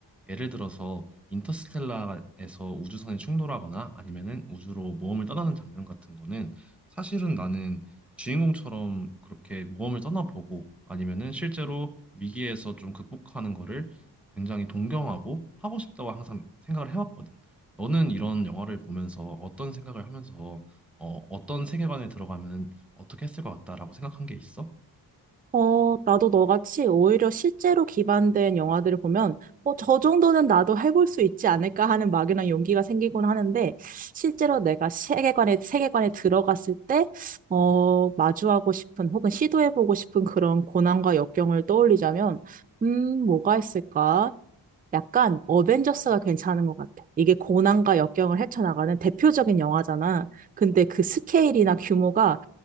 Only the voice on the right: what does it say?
어, 나도 너같이 오히려 실제로 기반된 영화들을 보면, 어, 저 정도는 나도 해볼 수 있지 않을까 하는 막연한 용기가 생기곤 하는데, 실제로 내가 세계관에, 세계관에 들어갔을 때, 어, 마주하고 싶은 혹은 시도해보고 싶은 그런 고난과 역경을 떠올리자면, 음, 뭐가 있을까? 약간 어벤져스가 괜찮은 것 같아. 이게 고난과 역경을 헤쳐나가는 대표적인 영화잖아. 근데 그 스케일이나 규모가